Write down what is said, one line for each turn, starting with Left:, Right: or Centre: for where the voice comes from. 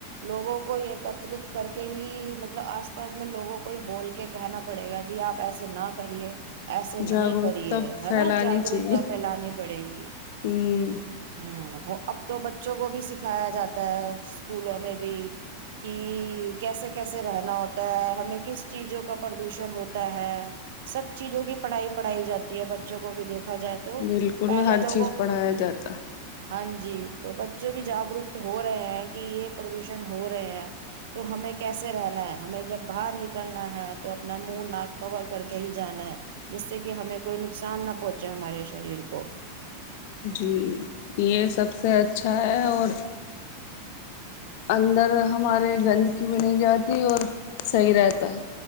Right: لوگوں کو ایکترت کر کے ہی مطلب آس پاس میں لوگوں کو ہی بول کے کہنا پڑے گا جی آپ ایسے نہ کریے ایسے
Left: جاگروکتا
Right: نہیں کریے
Left: پھیلانی
Right: نا جاگروکتا
Left: چاہیے
Right: پھیلانی پڑے گی
Left: ہ
Right: ہ تو بچوں کو بھی سکھایا جاتا ہے اسکولوں میں بھی کہ کیسے کیسے رہنا ہوتا ہے ہمیں کس چیزوں کا پردوشن ہوتا ہے سب چیزوں کی پڑھائی پڑھائی جاتی ہے بچوں کو بھی دیک ا جائے تو
Left: بالکل
Right: پہلے
Left: ہر
Right: لوگوں
Left: چیز پڑھایا جاتا
Right: ہاں جی تو بچے بھی جاگروک ہو رہے ہیں کہ یہ پردوشن ہو رہے ہیں تو ہمیں کیسے رہنا ہے ہمیں جب باہر نکلنا ہے تو اپنا منہ ناک کور کر کے ہی جانا ہے جس سے کہ ہمیں کوئی نقصان نہ پہنچے ہمارے شریر کو
Left: جی یہ سب سے اچھا ہے اور اندر ہمارے گندگی بھی نہیں جاتی اور صحیح رہتا ہے